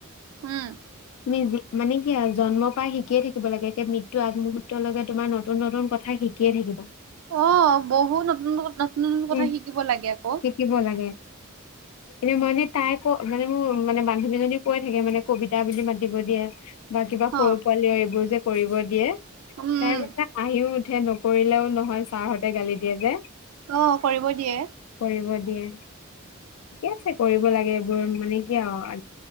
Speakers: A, on the right; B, on the left.
A: উম।
B: তুমি যিক মানে কি আৰু জন্ম পাই শিকিয়ে থাকিব লাগে। এতিয়া মৃত্যু আগমুহুৰ্ত লগে তোমাৰ নতুন নতুন কথা শিক কিয়ে থাকিবা।
A: অ', বহুত নতুন নতুন নতুন <unintelligible> কথা
B: উম।
A: শিকিব লাগে আকৌ।
B: শিকিব লাগে। ৰিমনে তাই ক মানে মোৰ মানে বান্ধৱীজনী কৈ থাকে মানে কবিত তা বেলি মাতিব দিয়ে। বা কিবা সৰু-পোৱালিও
A: অ
B: এইবোৰ যে কৰিব দিয়ে, <unintelligible>
A: উম
B: আহিও উঠে, নকৰিলেও নহয়। ছাৰহঁতে গালি দিয়ে যে।
A: অ', কৰিব দিয়ে।
B: কৰিব দিয়ে। কে আছে কৰিব লাগে, এইবোৰ মানে কি আউ আ